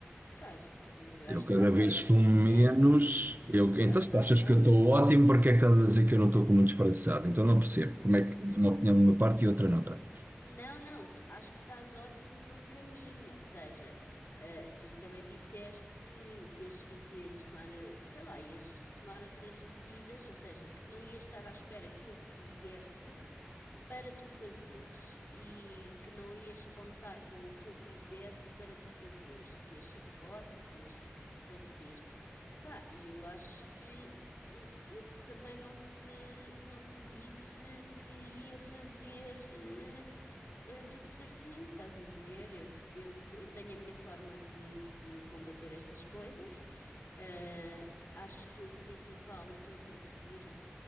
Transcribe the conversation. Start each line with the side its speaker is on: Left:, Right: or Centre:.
Left: Estás, t- mas eu
Right: Eu
Left: acho
Right: cada
Left: que estás
Right: vez
Left: ótimo.
Right: fumo menos.
Left: É assim,
Right: Eu,
Left: eu
Right: então,
Left: acho
Right: se
Left: que
Right: tu
Left: estás
Right: achas
Left: ótimo.
Right: que eu estou ótimo, porque é que estás a dizer que eu não estou com muito desperdiçado? Então não percebo como é que tens uma opinião de uma parte e outra noutra.
Left: Não, não, tu- acho que estás ótimo no caminho, ou seja, eh, tu também disseste que ias fazer, ias tomar, eh, sei lá, ias tomar outras medidas, ou seja, que não ias estar à espera que eu fizesse para tu fazeres e que não ias contar com o que eu fizesse para tu fazeres e que ias ser forte e que ias conseguir. Epá, e eu acho que eh, eu também não te, não te disse que ia fazer eh, eh, tudo certinho, estás a ver? Eu, eu, te- eu tenho a minha forma de, de combater estas coisas. Eh, acho que o principal eu estou a conseguir,